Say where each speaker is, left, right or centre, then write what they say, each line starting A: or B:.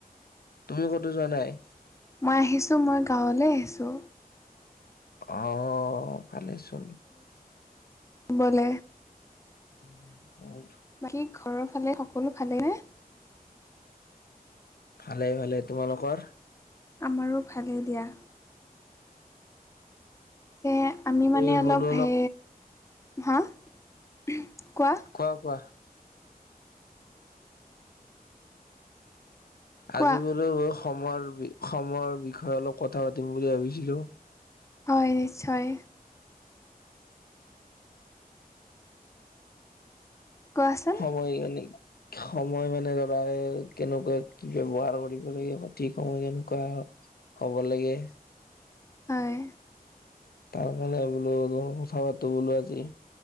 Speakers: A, on the left; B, on the left.
A: তুমি ক'তো যোৱা নাই?
B: মই আহিছো মই গাঁৱলে আহিছো।
A: অ ভালে চোন।
B: বলে
A: উ বহুত
B: বাকী ঘৰৰ ফালে সকলো ভালে নে?
A: ভালে ভালে তোমালোকৰ?
B: আমাৰো ভালেই দিয়া। এ আমি মানি
A: এই
B: অলপ
A: বোলো
B: সে হা উমহ কোৱা
A: কোৱা কোৱা
B: কোৱা
A: আজি বোলো সময়ৰ সময়ৰ বিষয়ে অলপ কথা পাতিম বুলি ভাবিছিলো।
B: হয় নিশ্চয় কোৱাচোন
A: সময় মানে সময় মানে লৰাই কেনেকোৱা ব্যৱহাৰ কৰিব লাগে সঠিক সময় কেনেকোৱা হ'ব লাগে
B: হয়
A: তাৰ কাৰণে বোলো অলপ কথা পাতো বোলো আজি।